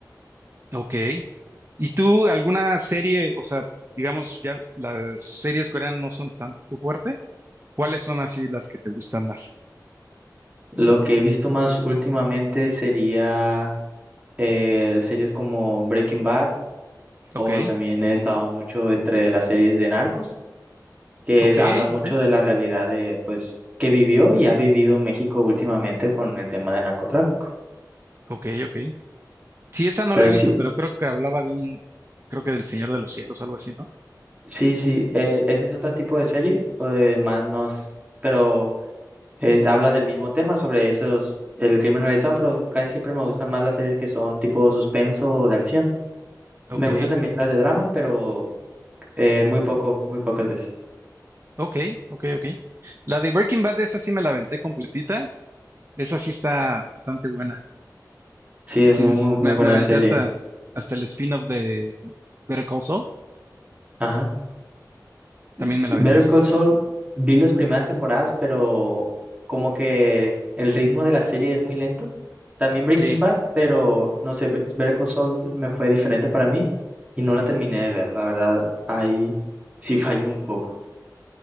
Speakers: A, on the right (about 40°); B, on the right (about 20°).
A: Ok. ¿Y tú alguna serie, o sea, digamos, ya las series coreanas no son tanto tu fuerte? ¿Cuáles son así las que te gustan más?
B: Lo que he visto más últimamente sería eh, series como Breaking Bad o
A: Ok,
B: también he estado mucho entre las series de Narcos. que
A: ok,
B: habla mucho
A: ok,
B: de la realidad de, pues, que vivió y ha vivido México últimamente con el tema del narcotráfico.
A: ok, ok. Sí, esa no
B: Pero
A: la he visto,
B: sí,
A: pero creo que hablaba de un, creo que del Señor de los Cielos, algo así, ¿no?
B: sí, sí, eh, ese es otro tipo de serie, o de más nos, pero es, habla del mismo tema sobre esos, el crimen organizado, pero casi siempre me gustan más las series que son tipo suspenso o de acción. Me
A: Ok,
B: gustan también las de drama, pero eh, muy poco, muy pocas veces.
A: ok, ok, ok. La de Breaking Bad, esa sí me la aventé completita. Esa sí está bastante buena.
B: Sí,
A: Sí,
B: es muy, muy, muy
A: me,
B: buena
A: me aventé
B: serie.
A: hasta, hasta el spin-off de Better Call Saul.
B: Ajá. S-
A: También me
B: Better
A: la aventé esa.
B: Call Saul, vi las primeras temporadas, pero como que el ritmo de la serie es muy lento. También Breaking
A: Sí,
B: Bad, pero no sé, Be- Better Call Saul me fue diferente para mí y no la terminé de ver, la verdad, ahí sí fallé un poco.